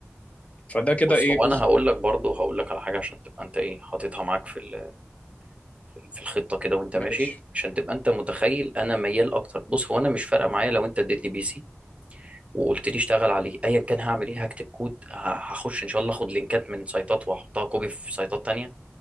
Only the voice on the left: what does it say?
فده كده
ايه
جزء
ماشي